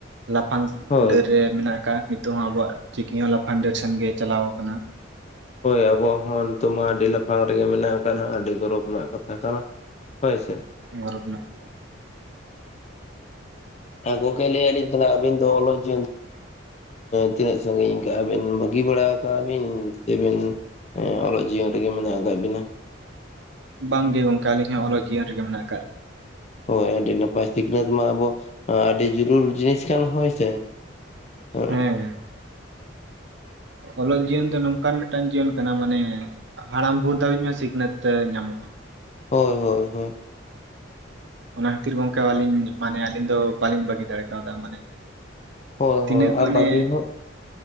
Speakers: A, on the right (about 60°); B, on the left (about 35°).
A: ᱞᱟᱯᱷᱟᱝ
B: ᱦᱳᱭ
A: ᱰᱟᱹᱨ ᱨᱮ ᱢᱮᱱᱟᱜ ᱟᱠᱟᱫᱼ ᱟ, ᱱᱤᱛᱚᱜ ᱦᱚᱸ ᱟᱵᱚᱣᱟᱜ ᱪᱤᱠᱤ ᱦᱚᱸ ᱞᱟᱯᱷᱟᱝ ᱰᱟᱹᱨ ᱥᱮᱱᱜᱮ ᱪᱟᱞᱟᱣ ᱟᱠᱟᱱᱟ᱾
B: ᱦᱳᱭ ᱟᱵᱚᱣᱟᱜ ᱦᱚᱸ ᱱᱤᱛᱚᱜ ᱢᱟ ᱟᱹᱰᱤ ᱞᱟᱯᱷᱟᱝ ᱨᱮᱜᱮ ᱢᱮᱱᱟᱜ ᱟᱠᱟᱫ ᱦᱟᱸᱜ ᱟᱹᱰᱤ ᱜᱚᱨᱚᱵᱽ ᱨᱮᱱᱟᱜ ᱠᱟᱛᱷᱟ ᱠᱟᱱᱟ᱾ ᱦᱳᱭ ᱥᱮ,
A: ᱜᱚᱨᱚᱵᱽ ᱨᱮᱱᱟᱜ, ᱠᱟᱛᱷᱟ
B: ᱦᱮᱸ ᱜᱚᱝᱠᱮ ᱞᱟᱹᱭᱮᱫᱟᱞᱤᱧ ᱛᱟᱦᱞᱮ ᱟᱹᱵᱤᱱ ᱫᱚ ᱚᱞᱚᱜ ᱡᱤᱭᱚᱱ ᱛᱤᱱᱟᱹᱜ ᱥᱟᱺᱜᱤᱧ ᱟᱵᱮᱱ ᱵᱟᱹᱜᱤ ᱵᱟᱲᱟ ᱠᱟᱜᱼᱟᱵᱤᱱ ᱥᱮᱵᱮᱱ ᱚᱞᱚᱜ ᱡᱤᱭᱚᱱ ᱨᱮᱜᱮ ᱢᱮᱱᱟᱜ ᱟᱠᱟᱫ ᱵᱤᱱᱟ?
A: ᱵᱟᱝᱜᱮ ᱜᱚᱝᱠᱮ ᱟᱹᱞᱤᱧ ᱦᱚᱸ ᱚᱞᱚᱜ ᱡᱤᱭᱚᱱ ᱨᱮᱜᱮ ᱢᱮᱱᱟᱜ ᱟᱠᱟᱜ ᱞᱤᱧᱟᱹ᱾
B: ᱦᱳᱭ ᱟᱹᱰᱤ ᱱᱟᱯᱟᱭ᱾ ᱥᱤᱠᱷᱱᱟᱹᱛ ᱢᱟ ᱟᱵᱚ ᱟᱹᱰᱤ ᱡᱟᱹᱨᱩᱲ ᱡᱤᱱᱤᱥ ᱠᱟᱱ ᱦᱳᱭ ᱥᱮ᱾ ᱦᱮ,
A: ᱦᱮᱸ ᱚᱞᱚᱜ ᱡᱤᱭᱚᱱ ᱫᱚ ᱱᱚᱝᱠᱟᱱ ᱢᱤᱫᱴᱟᱝ ᱡᱤᱭᱚᱱ ᱠᱟᱱᱟ ᱢᱟᱱᱮ ᱦᱟᱲᱟᱢ ᱵᱷᱳᱨ ᱫᱷᱟᱹᱵᱤᱡ ᱦᱚᱸ ᱥᱤᱠᱷᱱᱟᱹᱛ ᱧᱟᱢᱚᱜ-ᱟ᱾
B: ᱦᱳᱭ, ᱦᱳᱭ,
A: ᱚᱱᱟ ᱠᱷᱟᱹᱛᱤᱨ ᱜᱚᱝᱠᱮ ᱟᱹᱞᱤᱧ ᱢᱟᱱᱮ ᱟᱹᱞᱤᱧ ᱫᱚ ᱵᱟᱞᱤᱧ ᱵᱟᱹᱜᱤ ᱫᱟᱲᱮ ᱠᱟᱣᱫᱟ, ᱢᱟᱱᱮ
B: ᱦᱳᱭ
A: ᱛᱤᱱᱟᱹᱜ
B: ᱦᱳᱭ ᱟᱨ
A: ᱢᱟᱱᱮ,
B: ᱵᱟᱹᱜᱤ ᱦᱚᱸ